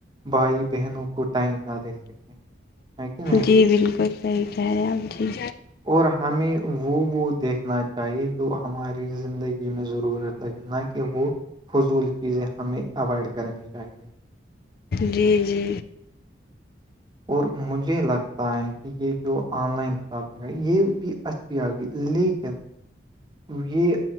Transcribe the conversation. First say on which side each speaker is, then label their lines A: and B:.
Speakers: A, on the right (about 25°); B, on the left (about 55°).
A: بھائی بہنوں کو ٹائم نہ دے سکیں ہے کہ نہیں
B: جی بالکل صحیح کہہ رہے ہیں آپ جی
A: اور ہمیں وہ وہ دیکھنا چاہیے جو ہماری زندگی ج میں ضرورت لگے نہ کہ وہ فضول چیزیں ہمیں اوائڈ کرنی چاہیے
B: جی جی
A: اور مجھے لگتا ہے کہ یہ جو آن لائن شاپنگ ہے یہ بھی اچ آ گئی لیکن یہ